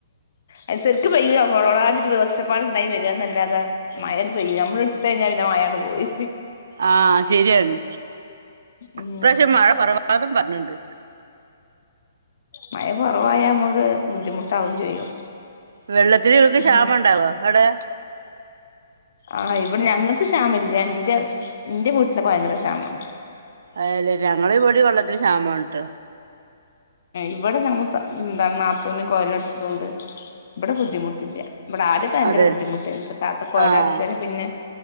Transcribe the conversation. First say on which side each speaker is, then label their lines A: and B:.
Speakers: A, on the left; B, on the right.
A: അത് ശെരിക്ക് പെയ്യൂല കൊള കൊളാച്ചിട്ട് ഒച്ചപ്പാടുണ്ടായി വരികന്നല്ലാത മഴങ്ങട്ട് പെയ്യൂല നമ്മളെടുത്ത ഴിഞ്ഞാ പിന്നെ മഴാണ്ട് പോയി
B: ആഹ് ശെരിയാണ്
A: ഉം
B: ഇപ്രാവശ്യം മഴ കൊറവാതും പറഞ്ഞിണ്ട്
A: മഴ കൊറവായ അമുക്ക് ബുദ്ധിമുട്ടാവയും ചെയ്യും
B: വെള്ളത്തിന് ഇങ്ങക്ക് ക്ഷാമണ്ടാവൊ
A: ഉം
B: അവിടെ
A: ആഹ് ഇവ് ഞങ്ങക്ക് ക്ഷാമല്ല ന്റ ന്റ വീട്ടിലൊക്കെ ഭയങ്കര ക്ഷാമാ
B: അല്ല ഞങ്ങളിവിടെ വെള്ളത്തിന് ക്ഷാമാണ് ട്ടൊ
A: ഇവിടെ ഞങ്ങൾ ന്താണ് നാത്തൂന് കോഴിവേടിച്ചത് കൊണ്ട് ഇവിടെ ബുദ്ധിമുട്ടില്ല ഇവിടെ ആദ്യക്കെ ഭയങ്കര
B: അതെ
A: ബുദ്ധിമുട്ടായിന് ഇപ്പാത്ത കോഴലടച്ചതി
B: ആഹ്
A: പിന്നെ